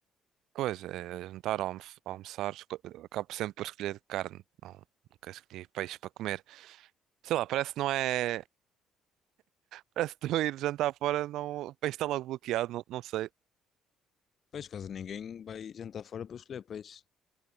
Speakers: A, on the right; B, on the left.
A: Pois, é, jantar, almo- almoçar, esco- acabo sempre por escolher carne. Não, nunca escolhi peixe para comer. Sei lá, parece que não é. <laughs> Parece que estou ir jantar fora, não... o peixe está logo bloqueado, não, não sei.
B: Peixe, quase ninguém vai jantar fora para escolher peixe.